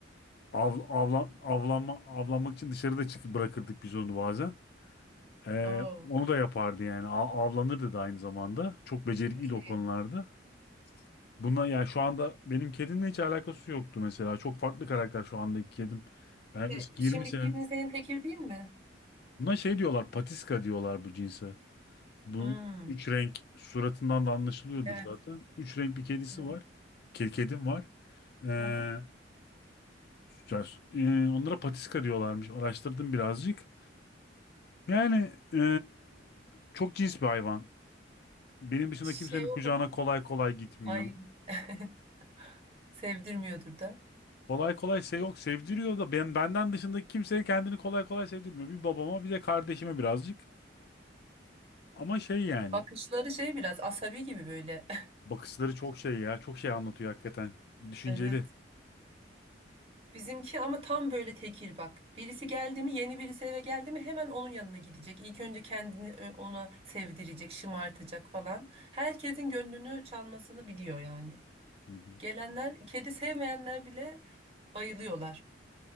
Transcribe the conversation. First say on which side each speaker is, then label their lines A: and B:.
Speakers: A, on the left; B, on the right.
A: Av, avla, avlanma, avlanmak için dışarıda çık bırakırdık biz onu bazen. Ee,
B: Oo.
A: onu da yapardı yani. A- avlanırdı da aynı zamanda. Çok becerikliydi
B: Çok
A: o
B: iyi.
A: konularda. Bunlar yani şu anda benim kedimle hiç alakası yoktu mesela. Çok farklı karakter şu andaki kedim. Ben yaklaşık
B: E,
A: 20
B: şimdiki
A: sene.
B: kedin senin tekir değil mi?
A: Buna şey diyorlar, patiska diyorlar bu cinse. Bu
B: Hmm.
A: üç renk suratından da anlaşılıyordur
B: Evet.
A: zaten. Üç renk bir kedisi
B: Evet.
A: var. Ke- Kedim var. Ee,
B: Aha.
A: ya, e, onlara patiska diyorlarmış. Araştırdım birazcık. Yani e, çok cins bir hayvan. Benim dışında
B: Şey
A: kimsenin
B: olabilir.
A: kucağına kolay kolay gitmiyor.
B: Ay. <laughs> Sevdirmiyordur da.
A: Kolay kolay şey yok sevdiriyor da ben benden dışındaki kimseye kendini kolay kolay sevdirmiyor. Bir babama bir de kardeşime birazcık. Ama şey yani
B: Bakışları şey biraz asabi gibi böyle. <laughs>
A: bakışları çok şey ya çok şey anlatıyor hakikaten. Düşünceli.
B: Evet. Bizimki ama tam böyle tekir bak. Birisi geldi mi, yeni birisi eve geldi mi hemen onun yanına gidecek. İlk önce kendini ö- ona sevdirecek, şımartacak falan. Herkesin gönlünü çalmasını biliyor yani.
A: Hı hı.
B: Gelenler, kedi sevmeyenler bile bayılıyorlar.